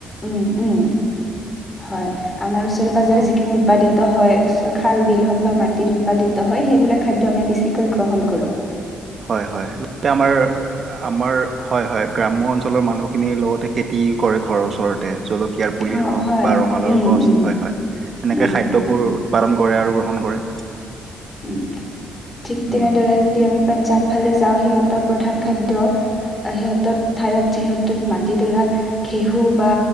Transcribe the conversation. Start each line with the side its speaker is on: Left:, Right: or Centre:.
Left: উম, উম হয় আমাৰ ওচৰে পাজৰে
Right: অঁ
Left: যিখিনি উৎপাদিত হয় উচ্চ খাল বিল হওক বা মাটিত উৎপাদিত হয় সেইবিলাক খাদ্য আমি বেছিকৈ গ্ৰহণ কৰো।
Right: হয়, হয় আমাৰ আমাৰ হয়, হয়, গ্ৰাম্য অঞ্চলৰ মানুহখিনিৰ লগতে খেতি কৰে ঘৰৰ ওচৰতেক কিয়াৰ পুলি
Left: অঁ
Right: হওক
Left: হয়
Right: বা ৰঙালৰ
Left: উম
Right: গছ
Left: উম
Right: হয়, হয়, এনেকৈ
Left: উম
Right: খাদ্যবোৰ
Left: উম
Right: পালন কৰে আৰু গ্ৰহণ কৰে।
Left: উ, ঠিক
Right: উম
Left: তেনেদৰে যদি আমি পাঞ্জাৱ ফালে যাওঁ সিহঁতৰ প্ৰধান খাদ্য। সিহঁতৰ ঠাইত যিহেতু মাটিডৰাত ঘেহু বা